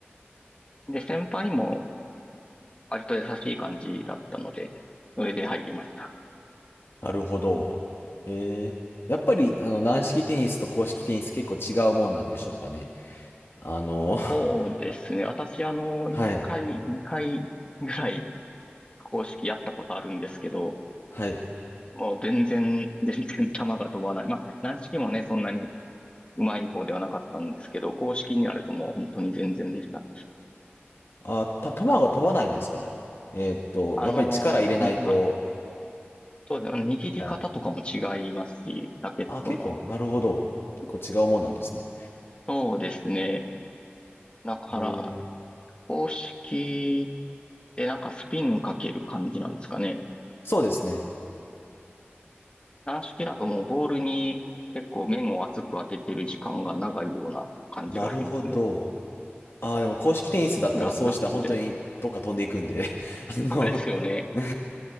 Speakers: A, on the left (about 25°); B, on the left (about 70°).
A: で、先輩も割と優しい感じだったので、それで入りました。
B: なるほど。へえ。やっぱり、あの、軟式テニスと硬式テニス結構違うもんなんでしょうかね。あの、
A: そうですね。
B: <laughs>
A: 私、あの、
B: はい、
A: 1回、2回ぐらい公式やったことあるんですけど、
B: はい。
A: もう全然、全然球が飛ばない。まあ、軟式もね、そんなにうまい方ではなかったんですけど、公式になるともう本当に全然でした。
B: あ、た、球が飛ばないんですかね。
A: あ、
B: えーっと、
A: あのに、
B: やっぱり力入れないと、
A: ま、そうですね。握り方とかも違いますし、
B: みたいな
A: ラケットの。
B: あ、結構、なるほど。結構違うもんなんですね。
A: そうですね。だから、
B: へえ。
A: 公式ってなんかスピンかける感じなんですかね。
B: そうですね。
A: 軟式だともうボールに結構面を厚く当ててる時間が長いような感じがしますね。
B: なるほど。ああでも硬式テニスだったらそうしたら本当にどっか飛んでいくんで。
A: フラフラットで。
B: <laughs> あの、
A: そうですよね。
B: <laughs>